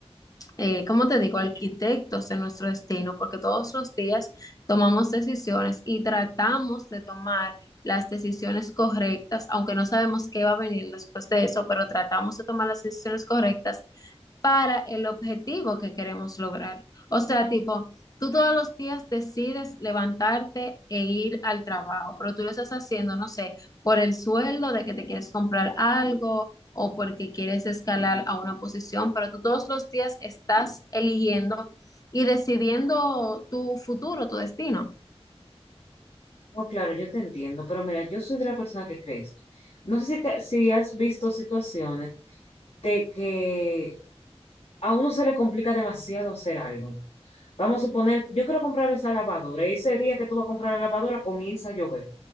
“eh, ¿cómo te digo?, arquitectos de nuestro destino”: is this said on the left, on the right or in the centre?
Left